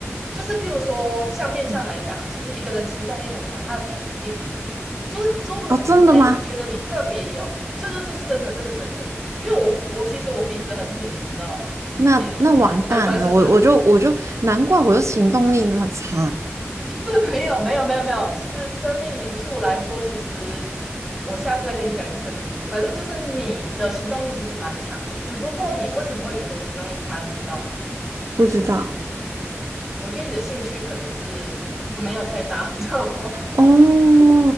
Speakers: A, in the centre; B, on the right.
A: 就是譬如说，像面相来讲，
B: 嗯
A: 其实一个人行动力很强，他的鼻子一定很挺，就是诸如此类。
B: 哦，真的吗？
A: 你觉得你特别有，这这这是真的，这是真的。因为我我其实我鼻子很挺，你知道吗？
B: 那那完蛋了，
A: 你我知道，对，反正就是
B: 我我就我就难怪我就行动力那么差，
A: <laughs> 不是没有没有没有没有。其实生命灵数来说，其实我下次再跟你讲你的生命灵数。反正就是你的行动力其实蛮强的，只不过你为什么会觉得你行动力差，你知道吗？
B: 不知道
A: 我觉得你的兴趣可能是没有太大，你知道吗？
B: 哦